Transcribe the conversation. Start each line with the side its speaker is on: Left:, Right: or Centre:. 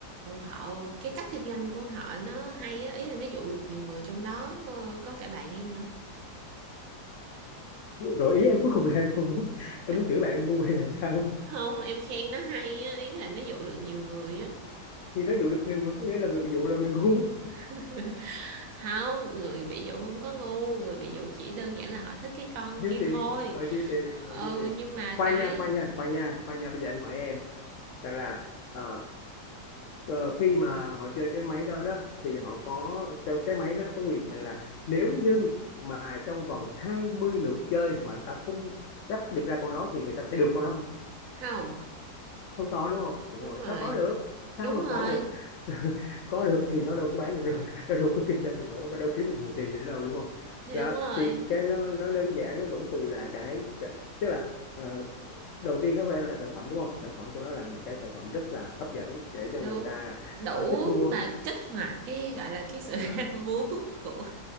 Right: họ cái cách kinh doanh của họ nó hay á ý là nó dụ được nhiều người trong đó ờ, có cả bạn em nữa
Left: rồi ý em cuối cùng là em không muốn em
Right: <laughs>
Left: muốn chửi bạn em ngu hay là sao
Right: không em khen nó hay á ý là nó dụ được nhiều người á
Left: thì nó dụ được người ngu, có nghĩa là người bị dụ là người ngu
Right: <laughs> không người bị dụ không có ngu người bị dụ chỉ đơn giản là họ thích cái con
Left: dư
Right: kia
Left: tiền
Right: thôi
Left: ờ dư tiền rồi
Right: ừ
Left: dư tiền
Right: nhưng mà
Left: khoan
Right: cái
Left: nha khoan nha khoan nha khoan nha bây giờ anh hỏi em rằng là ờ, ờ, khi mà họ chơi cái máy đó đó thì họ có cho cái máy nó có quy định rằng là nếu như mà trong vòng 20 lượt chơi mà ta không gấp được ra con đó thì người ta sẽ được con đó
Right: không
Left: không có đúng không Đúng
Right: đúng
Left: rồi.
Right: rồi
Left: sao có được sao
Right: đúng
Left: mà
Right: rồi
Left: có được <laughs> có được thì nó đâu có bán được rồi <laughs> nó đâu có kinh doanh được nữa và đâu kiếm được nhiều tiền nữa đâu đúng không
Right: thì
Left: đó
Right: đúng rồi
Left: thì cái nó nó đơn giản nó vẫn từ là cái cái- tức là ờ, đầu tiên nó phải là sản phẩm đúng không sản phẩm của nó là một cái sản phẩm rất là hấp dẫn để cho
Right: đúng
Left: người ta
Right: đủ
Left: ờ, thích mua
Right: mà kích hoạt cái gọi là cái sự <laughs> ham
Left: Ờ,
Right: muốn của